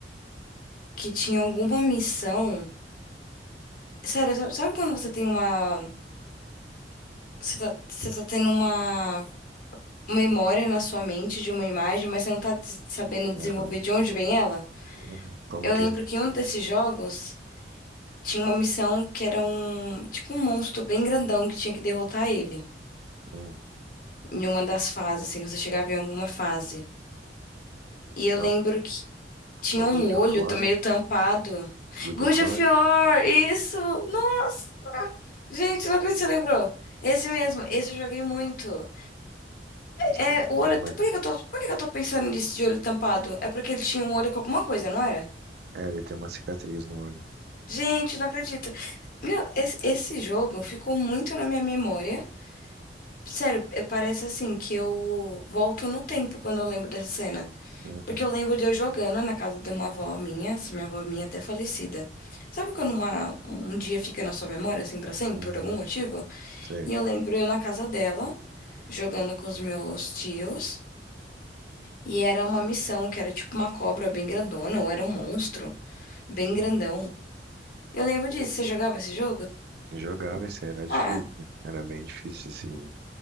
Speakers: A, on the left; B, on the right.
A: que tinha alguma missão? Sério, sa- sabe quando você tem uma. Você tá, você tá tendo uma memória na sua mente de uma imagem, mas você não tá des- sabendo
B: Aham.
A: desenvolver de onde vem ela?
B: Uhum. Como
A: Eu
B: que
A: lembro
B: é?
A: que em um desses jogos tinha uma missão que era um. Tipo um monstro bem grandão que tinha que derrotar ele.
B: Hum.
A: Em uma das fases, assim, você chegava em alguma fase. E eu lembro
B: É o,
A: que tinha
B: é o
A: um
B: Good
A: olho
B: of War?
A: t- meio tampado.
B: Good
A: Good
B: of War?
A: of War! Isso! Nossa! Gente, não acredito que você lembrou. Esse mesmo, esse eu joguei muito.
B: Esse
A: É,
B: daí
A: o
B: é bom,
A: olho.
B: mas...
A: Por que que eu tô, por que que eu tô pensando nisso de olho tampado? É porque ele tinha um olho com alguma coisa, não era?
B: É, ele tem uma cicatriz no olho.
A: Gente, não acredito. Meu, esse, esse jogo ficou muito na minha memória. Sério, é- parece assim que eu volto no tempo quando eu lembro dessa cena.
B: Uhum,
A: Porque eu lembro de eu jogando na casa de uma avó minha, essa minha avó minha até falecida. Sabe quando uma, um dia fica na sua memória, assim, pra sempre,
B: uhum,
A: por algum motivo?
B: sei.
A: E eu lembro eu na casa dela. jogando com os meus tios. E era uma missão, que era tipo uma cobra bem grandona, ou era um monstro bem
B: Uhum.
A: grandão. Eu lembro disso. Você jogava esse jogo?
B: Eu Jogava, isso era difícil.
A: Ah,
B: né? Era bem difícil esse,